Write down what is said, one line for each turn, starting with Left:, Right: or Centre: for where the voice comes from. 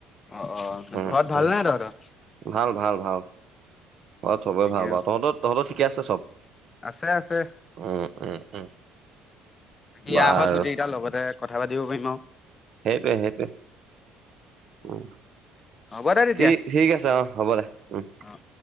Left: অ অ
Right: উম
Left: ঘৰত ভালনে
Right: উম
Left: তহঁতৰ অ অ
Right: ভাল ভাল ভাল। ঘৰত চবৰে
Left: ঠিকে
Right: ভাল বাাওঁ, তহঁত তহঁতৰ ঠিকে আছে চব?
Left: আছে আছে
Right: উম, উম, উম,
Left: বাকী
Right: বাৰু
Left: আহ হঁত গোটেই কেইটা লগতে কথা পাতিব পাৰিম আৰু।
Right: সেইটোৱে সেইটোৱে উম।
Left: হ'ব দে তেতিয়া
Right: ঠিক ঠিক আছে অ হ'ব দে উম।
Left: অ